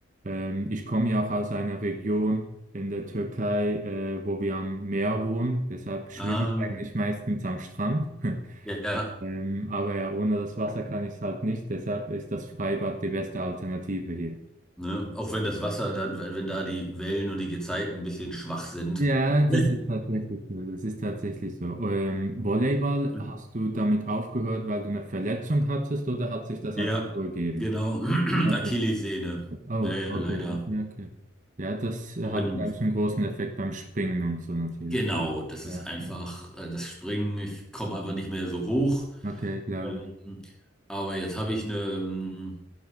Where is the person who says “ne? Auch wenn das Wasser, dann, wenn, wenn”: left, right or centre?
Centre